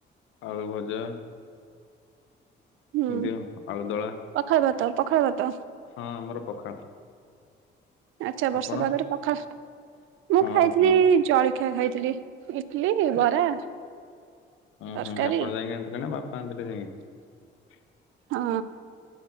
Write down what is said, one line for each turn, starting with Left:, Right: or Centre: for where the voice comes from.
Left: ଆଳୁ ଭଜା
Right: ହୁଁ
Left: ଏମତି ଆଉ ଆଳୁ ଦଳା।
Right: ପଖାଳ ଭାତ, ପଖାଳ ଭାତ।
Left: ହଁ, ଆମର ପଖାଳ।
Right: ଆଚ୍ଛା, ବର୍ଷା
Left: ଆପଣ?
Right: ପାାଗରେ ପଖାଳ, ମୁଁ
Left: ହଁ
Right: ଖାଇଥିଲି
Left: ହଁ
Right: ଜଳଖିଆ ଖାଇଥିଲି। ଇଟିଲି, ବରା
Left: ହୁଁ,
Right: ତରକାରୀ
Left: ହୁଁ ଆପଣ ଯାଇକି ଆଣିଥିଲେ? ନା ବାପା ଆଣିଥିଲେ ଯାଇକି।
Right: ହଁ